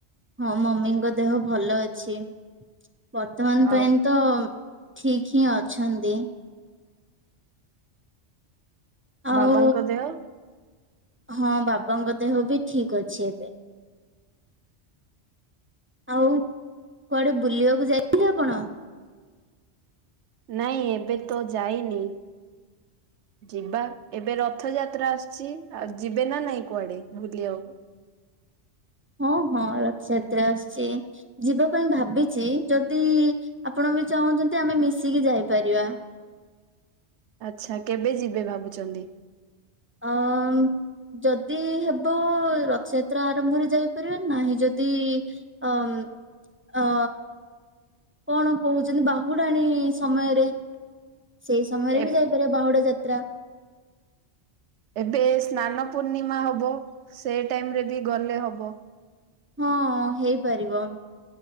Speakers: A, on the right; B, on the right.
A: ହଁ ମମିଙ୍କ ଦେହ ଭଲ ଅଛି। ବର୍ତ୍ତମାନ
B: ଆଉ
A: ପାଇଁ। ତ ଠିକି ହିଁ ଅଛନ୍ତି। ଆଉ
B: ବାବାଙ୍କ ଦେହ।
A: ହଁ ବାବାଙ୍କ ଦେହ ବି ଠିକି ଅଛି ଏବେ। ଆଉ। କୁଆଡେ ବୁଲିବାକୁ ଯାଇଥିଲେ ଆପଣ।
B: ନାଇଁ ଏବେ ତ ଯାଇନି। ଯିବା ଏବେ ରଥଯାତ୍ରା ତ୍ରା ଆସୁଛି। ଆଉ ଯିବେ ନା ନାଇଁ କୁଆଡେ ଭୁଲିବାକୁ।
A: ହଁ ହଁ ରଥଯାତ୍ରା ଆସୁଛି। ଯିବା ପାଇଁ ଭାବିଚି ଯଦି ଆପଣ ବି ଚାହୁଁଛନ୍ତି ଆମେ ମିଶିକି ଯାଇପାରିବା।
B: ଆଚ୍ଛା କେବେ ଯିବେ ଭାବୁଛନ୍ତି।
A: ହଃ ମ୍। ଯଦି ହେବ ରଥଯାତ୍ରା ଆରମ୍ଭରେ ଯାଇପାରିବ ନାହିଁ ଯଦି ଅମ୍ ଅ। କଣ କହୁଛନ୍ତି ବାହୁଡାଣୀ ସମୟରେ। ସେଇ ସମୟରେ
B: ଏ
A: ବି ଯାଇ ତା ବାହୁଡ଼ା ଯାତ୍ରା।
B: ଏବେ ସ୍ନାନ ପୂର୍ଣ୍ଣିମା ହବ ସେ ଟାଇମି ରେ ବି ଗଲେ ହବ।
A: ହଁ ହେଇପାରିବ।